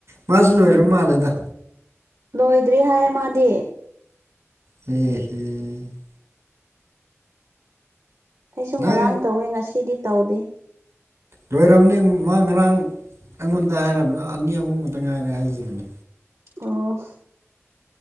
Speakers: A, on the right; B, on the right.
A: ꯃꯥꯁꯨ ꯂꯣꯏꯔ
B: ꯎꯝ
A: ꯃꯥꯜꯂꯦꯗ
B: ꯂꯣꯏꯗ꯭ꯔꯤ ꯍꯥꯏꯌꯦ ꯃꯥꯗꯤ
A: ꯍ ꯍꯨꯝ <inaudible>
B: ꯑꯩꯁꯨ
A: ꯅꯪ
B: ꯉꯔꯥꯡ ꯇꯧꯋꯦ ꯉꯁꯤꯗꯤ ꯇꯧꯗꯦ
A: ꯂꯣꯏꯔꯕꯅꯤ ꯃꯥ ꯉꯔꯥꯡ ꯑꯩꯉꯣꯟꯗ ꯍꯥꯏꯔꯕ꯭ꯔ ꯑꯅꯤ ꯑꯃꯛꯇ ꯉꯥꯏꯔꯦ ꯍꯥꯏꯈꯤꯕꯅꯤ
B: ꯑꯣ